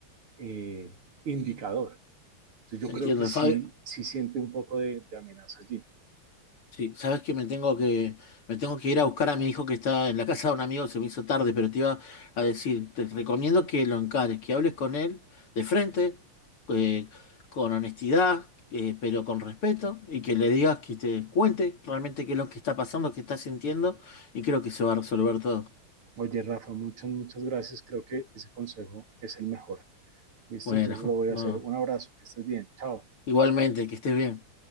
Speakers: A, on the right (about 85°); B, on the left (about 90°).
A: eh, indicador. Entonces, yo
B: entiendo.
A: creo que sí,
B: Fabio,
A: sí siente un poco de, de amenaza allí.
B: Sí, sabes que me tengo que, me tengo que ir a buscar a mi hijo que está en la casa de un amigo, se me hizo tarde, pero te iba a decir, te recomiendo que lo encares, que hables con él de frente, eh, con honestidad, eh, pero con respeto, y que le digas que te cuente realmente qué es lo que está pasando, qué está sintiendo, y creo que se va a resolver todo.
A: Oye, Rafa, muchas, muchas gracias. Creo que ese consejo es el mejor. Listo,
B: Bueno,
A: entonces lo voy
B: <laughs> no,
A: a hacer. Un abrazo, que estés bien. Chao.
B: igualmente, que estés bien.